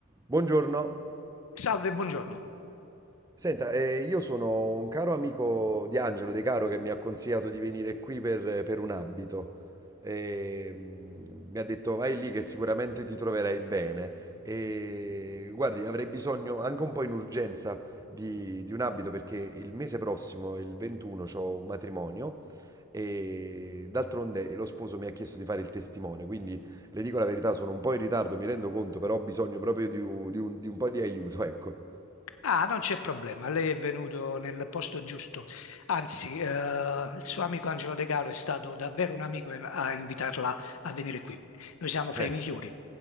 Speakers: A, on the right; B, on the left.
A: Buongiorno.
B: Salve, buongiorno.
A: Senta, eh, io sono un caro amico di Angelo De Caro che mi ha consigliato di venire qui per, per un abito. E, mm, mi ha detto vai lì che sicuramente ti troverai bene. E guardi, avrei bisogno anche un po' in urgenza di, di un abito perché il mese prossimo, il 21, ho un matrimonio e d'altronde lo sposo mi ha chiesto di fare il testimone, quindi le dico la verità, sono un po' in ritardo, mi rendo conto, però ho bisogno proprio di, un, di un- di un po' di aiuto, ecco.
B: Ah, non c'è problema, lei è venuto nel posto giusto. Anzi, eh, il suo amico Angelo De Caro è stato davvero un amico a invitarla a venire qui. Noi siamo fra
A: Eh,
B: i migliori.